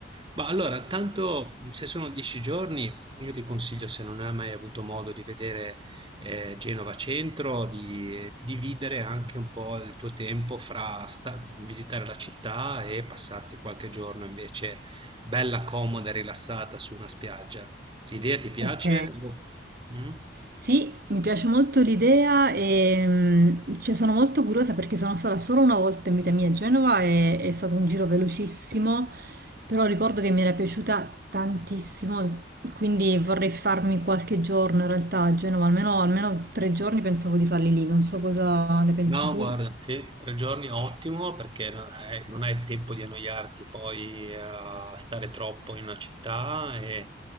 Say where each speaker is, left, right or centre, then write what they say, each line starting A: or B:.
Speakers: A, on the right (about 25°); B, on the right (about 50°).
A: Ma allora, tanto mh, se sono dieci giorni, io ti consiglio se non hai mai avuto modo di vedere ehm, Genova Centro, di di dividere anche un po' il tuo tempo fra sta visitare la città e passarti qualche giorno invece bella, comoda e rilassata su una spiaggia. L'idea ti piace?
B: Ok.
A: Boh. Mm?
B: Sì, mi piace molto l'idea e mm, cioè, sono molto curiosa perché sono stata solo una volta in vita mia a Genova e è stato un giro velocissimo, però ricordo che mi era piaciuta tantissimo, quindi vorrei farmi qualche giorno in realtà a Genova, almeno, almeno tre giorni pensavo di farli lì, non so cosa ne pensi
A: No,
B: tu.
A: guarda, sì, tre giorni è ottimo perché non hai, non hai il tempo di annoiarti poi eh, a stare troppo in una città e